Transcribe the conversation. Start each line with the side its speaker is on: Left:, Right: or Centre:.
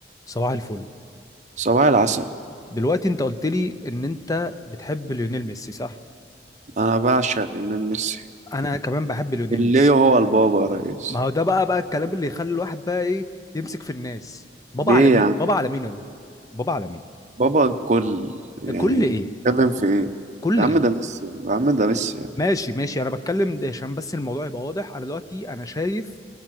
Left: صباح الفل
Right: صباح العسل
Left: دلوقتي انت قلت لي ان انت بتحب ليونيل ميسي صح
Right: انا بعشق ليونيل ميسي
Left: انا كمان بحب ليونيل
Right: اللي
Left: ميسي
Right: هو البابا يا ريس
Left: ما هو ده بقى بقى الكلام اللي يخلي الواحد بقى ايه يمسك في الناس بابا
Right: ليه
Left: على مين
Right: يا عم
Left: بابا على مين يا بابا بابا على مين
Right: بابا الكل يعني
Left: كل ايه
Right: بتتكلم في ايه
Left: كل
Right: يا
Left: ايه
Right: عم ده ميسي يا عم ده ميسي يا
Left: ماشي ماشي انا بتكلم ده عشان بس الموضوع يبقى واضح انا دلوقتي انا شايف